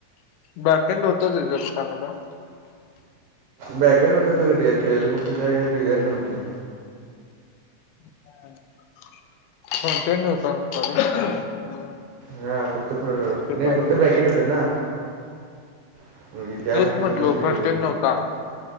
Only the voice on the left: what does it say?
त्याच चांगल
<unintelligible>
ते पाहिजे
होतं
तेच
म्हंटलो
फ्रंटेंड नव्हता